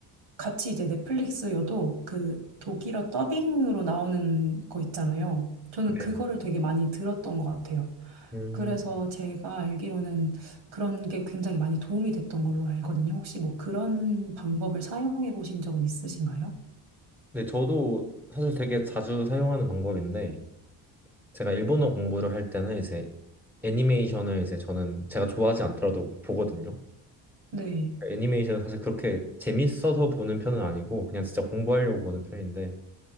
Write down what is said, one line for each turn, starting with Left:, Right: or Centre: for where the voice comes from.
Right: 같이 이제 넷플릭스여도 그 독일어 더빙으로 나오는 거 있잖아요. 저는
Centre: 네.
Right: 그거를 되게 많이 들었던 것 같아요.
Centre: 음,
Right: 그래서 제가 알기로는 그런 게 굉장히 많이 도움이 됐던 걸로 알거든요. 혹시 뭐 그런 방법을 사용해 보신 적은 있으신가요?
Centre: 네, 저도 사실 되게 자주 사용하는 방법인데, 제가 일본어 공부를 할 때는 이제 애니메이션을 이제 저는 제가 좋아하지 않더라도 보거든요.
Right: 네.
Centre: 애니메이션을 사실 그렇게 재밌어서 보는 편은 아니고 그냥 진짜 공부하려고 보는 편인데